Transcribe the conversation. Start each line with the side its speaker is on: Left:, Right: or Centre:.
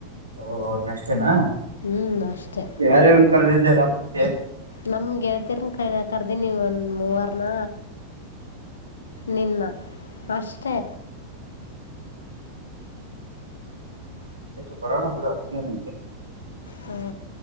Right: ಓ ಅವ್ರನ ಅಷ್ಟೇನಾ
Left: ಹ್ಞೂ ಅಷ್ಟೇ
Right: ಯಾರ್ಯಾರನ್ ಕರೆದಿದ್ದಾರ ಮತ್ತೆ
Left: ನಮ್ ಗೆಳತಿರ್ ಕ ಕರ್ದಿ ನೀವ ಒಂದ್ ಮೂವರ್ನ ನಿನ್ನ ಅಷ್ಟೇ
Right: ಅದಕ್ಕೆ ಬರಾವಣ ಕೂಡ ಅದಕ್ಕೆಾಮ ನಿಂತ
Left: ಹ್ಮ